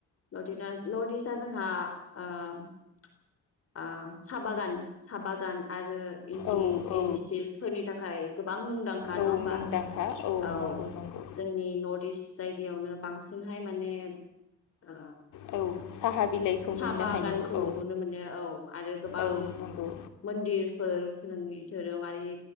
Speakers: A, on the left; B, on the left.
A: नटिटा नर्थ इस्टआ जोंहा ओम ओ साहा बागान साहा बागान आरो इन्दि
B: औ औ
A: एदिसिल फोरनि थाखाय गोबां मुंदांखा
B: औ
A: नङा होमबा
B: मुंदांखा
A: औ
B: नंगौ नंगौ
A: जोंनि नर्थ इस्ट जायगायावनो बांसिनहाय माने ओ
B: औ साहा बिलाइखौ
A: साहा
B: मोननो
A: बागानखौ
B: हायो औ
A: नुनो मोनो औ आरो गोबां
B: औ नंगौ
A: मन्दिरफोर जोंनि धोरोमारि